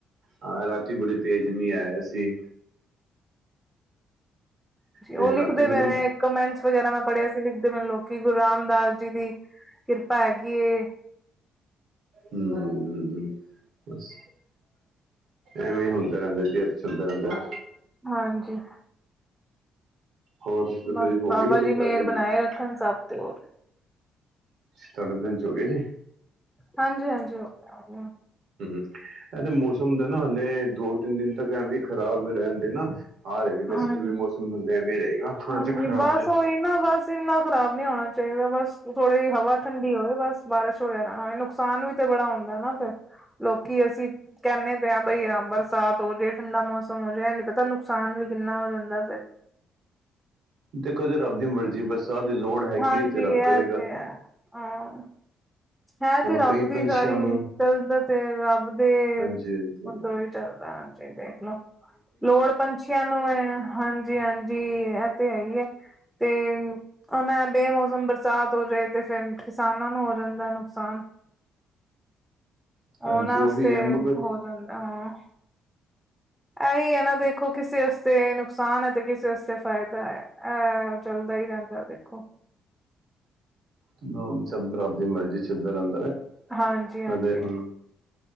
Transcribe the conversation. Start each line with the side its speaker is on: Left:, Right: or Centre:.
Right: ਹਾਂ, ਰਾਤੀ ਬੜੀ ਤੇਜ਼ ਮਂੀ ਆਇਆ ਸੀ। ਤੇ
Centre: ਉਹ ਲਿਖਦੇ
Right: ਰਾਤੀ ਮਤਲਬ
Centre: ਪਏ ਨੇ ਕਮੈਂਟਸ। ਵਗੈਰਾ ਮੈਂ ਪੜ੍ਹਿਆ ਸੀ ਲਿਖਦੇ ਪਏ ਨੇ ਲੋਕੀ ਗੁਰੂ ਰਾਮਦਾਸ ਜੀ ਦੀ ਕਿਰਪਾ ਹੈਗੀ ਐ।
Right: ਹੂੰ, ਬਸ ਐਵੇਂ ਈ ਹੁੰਦਾ ਰਹਿੰਦਾ ਜੀ ਇਹ ਚਲਦਾ ਰਹਿੰਦਾ।
Centre: ਹਾਂਜੀ।
Right: ਹੋਰ ਤੁਸੀਂ ਦੱਸੋ
Centre: ਬਸ
Right: ਜੀ ਹੋ
Centre: ਬਾਬਾ
Right: ਗਈ ਤੁਹਾਡੀ
Centre: ਜੀ ਮੇਹਰ ਬਣਾਏ
Right: ਅਹ,
Centre: ਰੱਖਣ ਸਭ ਤੇ ਹੋਰ
Right: ਤੁਹਾਡਾ ਲੰਚ ਹੋ ਗਿਆ ਜੀ।
Centre: ਹਾਂਜੀ, ਹਾਂਜੀ। ਔਕੇ ਔਕੇ
Right: ਹੂੰ, ਇਹ ਤਾਂ ਮੌਸਮ ਦਾ ਨਾ ਹਲੇ ਦੋ- ਤਿੰਨ ਦਿਨ ਤੱਕ ਐਵੇਂ ਖ਼ਰਾਬ ਰਹਿਣਦੇ ਨਾ ਆ ਰਹੇ ਨੇ ਮੈਸਜ
Centre: ਹਾਂਜੀ
Right: ਜਿਵੇਂ ਮੋਸਮ ਹੁੰਦਾ ਐਵੇਂ ਰਹੇਗਾ। ਥੋੜਾ
Centre: ਹਾਂਜੀ
Right: ਜਿਹਾ ਖਰਾਬ
Centre: ਬਸ
Right: ਜਿਹਾ
Centre: ਉਹੀ ਨਾ ਬਸ ਇੰਨਾ ਖਰਾਬ ਨੀ ਹੋਣਾ ਚਾਹੀਦਾ ਬਸ ਥੋੜੀ ਜ ਹਵਾ ਠੰਡੀ ਹੋਵੇ ਬਸ ਬਾਰਸ਼ ਵਗੈਰਾ ਨਾ ਹੋ ਨੁਕ ਨੁਕਸਾਨ ਵੀ ਤੇ ਬੜਾ ਹੁੰਂਦਾ ਐ ਨਾ ਫੇਰ ਲੋਕੀ ਅਸੀਂ ਕਹਿੰਦੇ ਤੇ ਆ ਬਈ ਹਾ ਬਰਸਾਤ ਹੋ ਜੇ ਠੰਡਾ ਮੌਸਮ ਹੋ ਜੇ, ਇਹ ਨੀ ਪਤਾ ਨੁਕਸਾਨ ਵੀ ਕਿੰਨਾ ਹੋ ਜਾਂਦੈ ਫੇਰ।
Right: ਦੇਖੋ ਜੇ ਰੱਬ ਦੀ ਮਰਜ਼ੀ ਐ ਬਰਸਾਤ ਦੀ ਲੋੜ ਹੈਗੀ
Centre: ਹਾਂਜੀ
Right: ਹੈ ਤੇ ਰੱਬ
Centre: ਇਹ
Right: ਕਰੇਗਾ।
Centre: ਤੇ ਹੈ ਹਾਂ ਹੈ
Right: ਹੁਣ
Centre: ਤੇ ਰੱਬ
Right: ਕਈ
Centre: ਦੀ
Right: ਪੰਛੀਆਂ
Centre: ਸਾਰੀ
Right: ਨੂੰ
Centre: ਚਲਦਾ ਤੇ ਰੱਬ ਤੇ
Right: ਹਾਂਜੀ ਹਾਂਜੀ
Centre: ਉੱਧਰੋਂ ਹੀ ਚੱਲਦਾ ਐ ਤੇ ਦੇਖਲੋ ਲੋੜ ਪੰਛੀਆਂ ਨੂੰ ਹੈ। ਹਾਂਜੀ ਹਾਂਜੀ ਇਹ ਤੇ ਹੈ ਹੀ ਏ, ਤੇ ਉਹਨਾਂ ਬੇਮੌਸਮ ਬਰਸਾਤ ਹੋ ਜਾਏ ਤੇ ਫੇਰ ਕਿਸਾਨਾਂ ਨੂੰ ਹੋ ਜਾਂਦੈ ਨੁਕਸਾਨ।
Right: ਹਾਂਜੀ
Centre: ਉਹਨਾਂ
Right: ਉਹ
Centre: ਆਸਤੇ
Right: ਵੀ ਹੈ ਮਗਰ
Centre: ਹੋ ਜਾਂਦੈ ਹਾਂ। ਇਹੀ ਹੈ ਨਾ, ਦੇਖੋ ਕਿਸੇ ਆਸਤੇ ਨੁਕਸਾਨ ਹੈ ਤੇ ਕਿਸੇ ਆਸਤੇ ਫਾਇਦਾ ਹੈ, ਅਹਹਹਹਹ। ਚੱਲਦਾ ਹੀ ਰਹਿੰਦੈ ਦੇਖੋ
Right: ਹਮਮਮ ਸਬ ਰੱਬ ਦੀ ਮਰਜ਼ੀ ਚੱਲਦਾ ਰਹਿੰਦਾ ਹੈ
Centre: ਹਾਂਜੀ-ਹਾਂਜੀ
Right: ਕਿਵੇ ਹਮਮਮ।